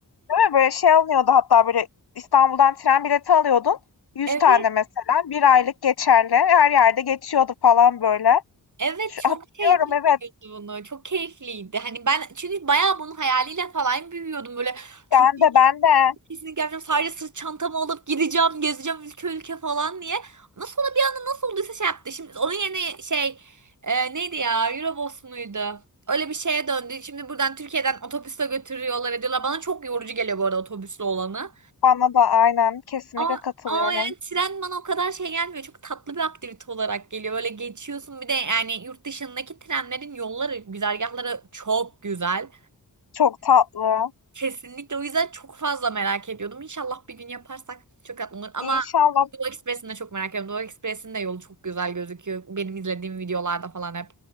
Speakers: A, on the left (about 70°); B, on the right (about 50°).
A: Değil mi? Böyle şey alınıyordu hatta böyle İstanbul'dan tren bileti alıyordun. 100
B: Evet.
A: tane mesela. bir aylık geçerli. Her yerde geçiyordu falan böyle.
B: Evet
A: Şu,
B: çok
A: hatırlıyorum
B: şey yapıp
A: evet.
B: gidiyordu bunu çok keyifliydi. Hani ben çünkü bayağı bunun hayaliyle falan büyüyordum böyle çok
A: Ben de ben de.
B: Kesinlikle yapacağım. Sadece sırt çantamı alıp gideceğim, gezeceğim ülke ülke falan diye. Nasıl ona bir anda nasıl olduysa şey yaptı. Şimdi onun yerine şey e, neydi ya? Eurobus muydu? Öyle bir şeye döndü. Şimdi buradan Türkiye'den otobüsle götürüyorlar ediyorlar. Bana çok yorucu geliyor bu arada otobüsle olanı.
A: Bana da aynen. Kesinlikle
B: Ama,
A: katılıyorum.
B: ama yani tren bana o kadar şey gelmiyor. Çok tatlı bir aktivite olarak geliyor. Böyle geçiyorsun bir de yani yurt dışındaki trenlerin yolları, güzergahları çok güzel.
A: Çok tatlı.
B: Kesinlikle o yüzden çok fazla merak ediyordum. İnşallah bir gün yaparsak çok tatlı olur. Ama
A: İnşallah.
B: Doğu Ekspresi'ni de çok merak ediyorum. Doğu Ekspresi'nin de yolu çok güzel gözüküyor. Benim izlediğim videolarda falan hep.